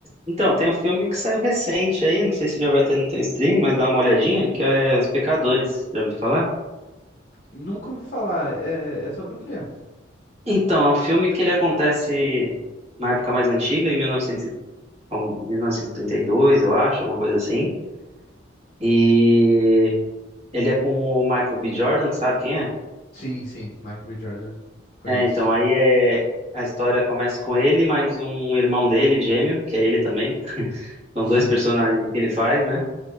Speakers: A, on the right (about 30°); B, on the left (about 40°).
A: então, tem um filme que saiu recente aí, não sei se já vai ter no teu stream, mas dá uma olhadinha, que é Os Pecadores, já ouviu falar?
B: Nunca ouvi falar, é, é sobre o quê?
A: Então, é um filme que ele acontece na época mais antiga, em 1900, e- novecentos, e- algum- 1932, eu acho, alguma coisa assim. E ele é com o Michael B. Jordan, sabe quem é?
B: Sim, sim, Michael B. Jordan, conheço.
A: É, então, aí é, a história começa com ele, mais um irmão dele, gêmeo, que é ele também. <laughs> São
B: <laughs>
A: dois personagens que ele faz, né?